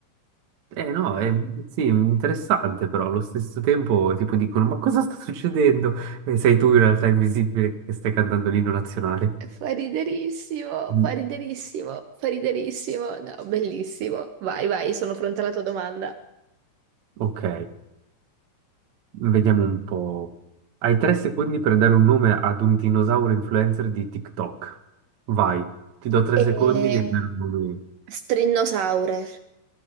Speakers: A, on the right (about 55°); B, on the right (about 85°).
A: Eh no, è... sì, interessante però, allo stesso tempo tipo dicono, ma cosa sta succedendo? E sei tu in realtà invisibile che stai cantando l'inno nazionale.
B: Fa riderissimo,
A: Mm,
B: fa riderissimo, fa riderissimo. No, bellissimo. Vai, vai, sono pronta alla tua domanda.
A: Ok, vediamo un po'. Hai tre secondi per dare un nome ad un dinosauro influencer di TikTok. Vai, ti do tre
B: E...
A: secondi, devi dare un nome.
B: Strinnosaurer.